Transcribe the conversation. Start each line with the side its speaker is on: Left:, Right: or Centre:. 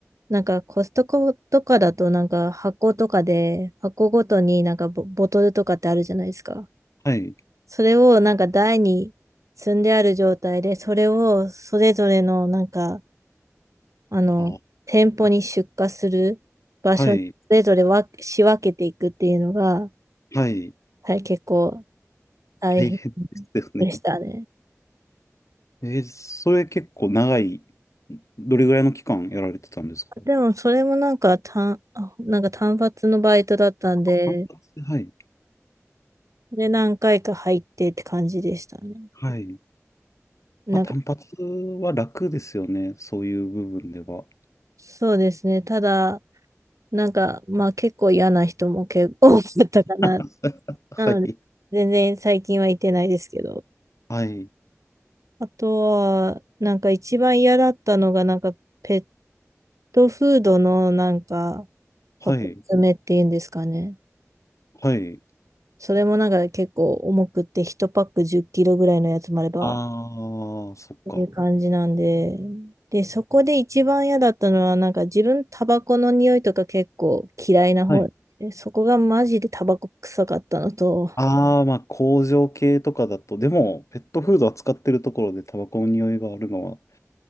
Right: なんかコストコとかだとなんか箱とかで箱ごとになんかボ、ボトルとかってあるじゃないですか。
Left: はい、
Right: それをなんか台に積んである状態で、それをそれぞれのなんか、あの、
Left: あ、
Right: 店舗に出荷する場所にそれぞれわ仕分けていくっていうのが、
Left: はい、はい、
Right: はい、結構大変
Left: 大変ですね。
Right: でしたね。
Left: えーそれ結構長い、どれぐらいの期間やられてたんですか
Right: でもそれもなんか単、あなんか単発のバイトだったんで、
Left: 単発、はい、
Right: で何回か入ってって感じでしたね。
Left: はい。
Right: なんか、
Left: まあ、単発は楽ですよね。そういう部分では。
Right: そうですね。ただ、なんか、まあ結構嫌な人も結構多かったかな
Left: <laughs> はい、
Right: うん、全然最近は行ってないですけど。
Left: はい、
Right: あとは、なんか一番嫌だったのが、なんかペットフードのなんか
Left: はい、
Right: 箱詰めっていうんですかね。
Left: はい。
Right: それもなんか結構重くって1パック10キロぐらいのやつもあれば、
Left: ああ、
Right: っ
Left: そっか。
Right: ていう感じなんで。で、そこで一番嫌だったのは、なんか自分タバコの匂いとか結構嫌いな方で、
Left: はい
Right: そこがマジでタバコ臭かったのと、
Left: ああ、まあ工場系とかだと、でもペットフード扱ってるところでタバコの匂いがあるのは